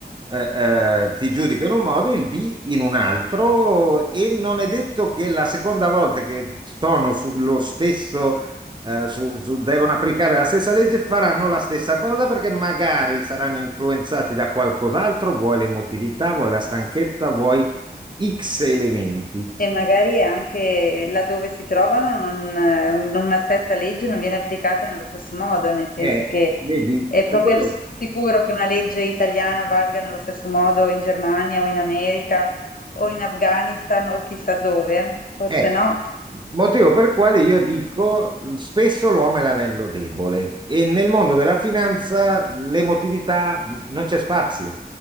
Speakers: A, on the right; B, on the left.
A: eh, eh, ti giudica in un modo, il B in un altro e non è detto che la seconda volta che sono sullo stesso eh, su- su- devono applicare la stessa legge, faranno la stessa cosa perché magari saranno influenzati da qualcos'altro, vuoi l'emotività, vuoi la stanchezza, vuoi X elementi.
B: E magari anche laddove si trovano non- una stessa legge non viene applicata nello stesso modo, nel senso
A: Eh,
B: che
A: vedi,
B: è proprio
A: per quello
B: sicuro che una legge italiana valga nello stesso modo in Germania o in America o in Afghanistan o chissà dove, forse
A: Eh,
B: no.
A: motivo per il quale io dico eh, spesso l'uomo è l'anello debole e nel mondo della finanza l'emotività mh, non c'è spazio.